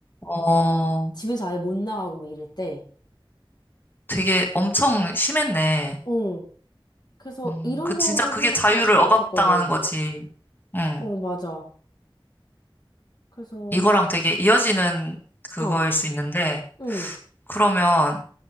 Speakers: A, on the left; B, on the left.
A: 어,
B: 집에서 아예 못 나가고 막 이랬대.
A: 되게 엄청 심했네.
B: 응. 그래서
A: 음,
B: 이런
A: 그
B: 것만
A: 진짜 그게
B: 생각했었거든.
A: 자유를 억압당하는 거지. 음,
B: 어, 맞아. 그래서,
A: 이거랑 되게 이어지는 그거일
B: 어,
A: 수 있는데,
B: 응,
A: 그러면